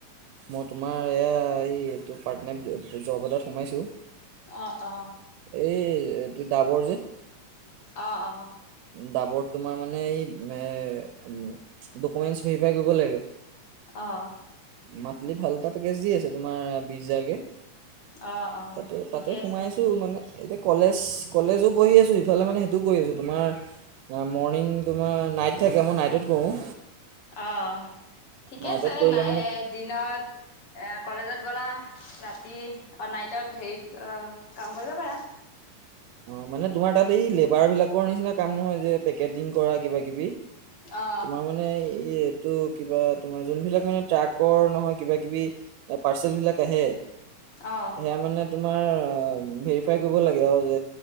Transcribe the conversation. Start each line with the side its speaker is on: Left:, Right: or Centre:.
Right: মই তোমাৰ এয়া, এই এইটো পাৰ্ট টাইম জব এটাত সোমাইছো।
Left: অ ', অ'।
Right: এই এইটো ডাবৰ যে
Left: অ, অ।
Right: ডাবৰ তোমাৰ মানে, এই এ ডকুমেন্ট ভেৰিফাই কৰিব লাগে।
Left: অ'।
Right: মান্থলী ভাল এটা পেকেজ দি আছে তোমাৰ, বিশ হাজাৰকে।
Left: অ' - অ'।
Right: তাতে
Left: ঠিকেই
Right: তাতে সোমাই
Left: আছে তেনে।
Right: আছো মানে এতিয়া কলেজ- কলেজো পঢ়ি আছোঁ, ইফালে মানে সেইটোও কৰি আছোঁ। তোমাৰ মৰ্ণিং- তোমাৰ নাইট থাকে, মই নাইটত কৰোঁ।
Left: অ' ঠিকে
Right: নাইটত
Left: আছে।
Right: কৰিলে
Left: নাই-
Right: মানে
Left: দিনত এ কলেজত গ'লা, ৰাতি অ'- নাইটত হেৰিত অ'- কাম কৰিব পাৰা।
Right: অ' মানে তোমাৰ তাত এই লেবাৰবিলাকৰ নিচিনা কাম নহয় যে, পেকেটিং কৰা কিবাকিবি।
Left: অ
Right: তোমাৰ মানে ইয়ে তো কিবা তোমাৰ যোনবিলাক মানে ট্ৰাকৰ নহয় কিবাকিবি পাৰ্চেলবিলাক আহে,
Left: অ
Right: সেয়া মানে তোমাৰ অ'- ভেৰিফাই কৰিব লাগে আৰু যে